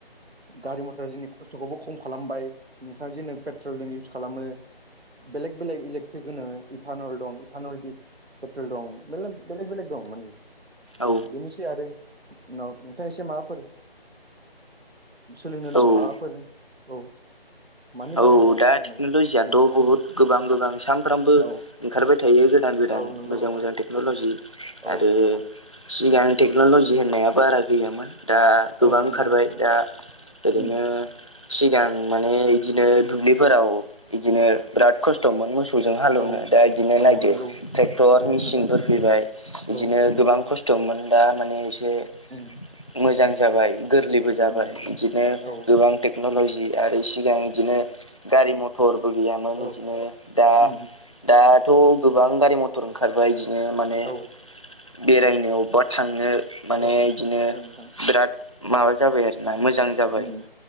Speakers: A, on the right; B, on the left.
A: गारि मथर जोंनि खस्थ'खौबो खम खालामबाय नोंथाङा जे नों पेट्रलजों इउस खालामो। बेलेग बेलेग इलेकट्रिक होनो इटानल दं इटानल दि पेट्रल दं मेनला बेलेग बेलेग दं मानि।
B: औ
A: बेनोसै आरो उनाव नोंथां एसे माबाफोर सोलोंनो
B: औ
A: माबाफोर औ मानि
B: औ
A: बारै
B: दा
A: मे रायलायनोबा
B: टेक्न'ल'जियाथ'
A: उम
B: बहुत गोबां गोबां साम सामफ्रामबो
A: औ
B: ओंखारबाय थायो गोदान गोदान
A: औ नंगौ
B: मोजां
A: नोंथां
B: मोजां टेक्न'लजि
A: औ
B: आरो सिगां टेक्न'लजि होननाया बारा गैयामोन। दा गोबां
A: औ नंगौ
B: ओंखारबाय
A: नोंथां
B: दा ओरैनो
A: उम
B: सिगां माने बिदिनो दुब्लिफोराव बिदिनो बिराद खस्थ'मोन मोसौजों हालेवनो
A: औ
B: दा इदिनो नायदो
A: औ नंगौ
B: ट्रेक्टर
A: नंगौ
B: मेसिनफोर
A: नोंथां
B: फैबाय। बिदिनो
A: औ नंगौ
B: गोबां खस्थ'मोन, दा माने एसे
A: उम
B: मोजां जाबाय गोरलैबो जाबाय
A: उम
B: बिदिनो
A: औ
B: गोबां टेक्न'ल'जि आरो सिगां इदिनो गारि मथरबो गैयामोन बिदिनो,
A: औ
B: दा
A: उम
B: दाथ' गोबां गारि म टर ओंखारबाय बिदिनो माने
A: औ
B: बेरायनो, अबेबा थांनो माने
A: औ
B: इदिनो
A: नंगौ नोंथां
B: बिराद माबा जाबाय आरोना मोजां जाबाय।
A: उम